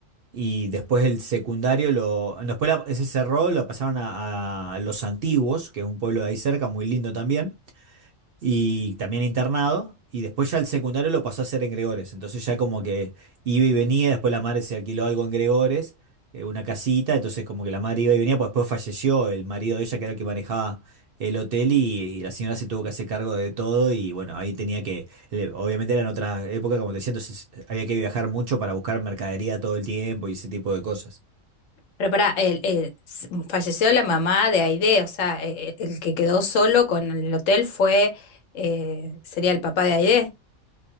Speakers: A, on the right (about 60°); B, on the left (about 75°).
A: Y después el secundario, lo, después la- ese cerró, lo pasaron a, a Los Antiguos, que es un pueblo de ahí cerca, muy lindo también y también internado. Y después ya el secundario lo pasó a hacer en Gregores. Entonces ya como que iba y venía, después la madre se alquiló algo en Gregores, eh, una casita, entonces como que la madre iba y venía, pues después falleció el marido de ella, que era el que manejaba el hotel, y, y la señora se tuvo que hacer cargo de todo, y bueno, ahí tenía que, le- obviamente era en otra época, como te decía, entonces había que viajar mucho para buscar mercadería todo el tiempo y ese tipo de cosas.
B: Pero pará, el- el- s- falleció la mamá de Aide, o sea, eh, el que quedó solo con el hotel fue, eh, sería el papá de Aide.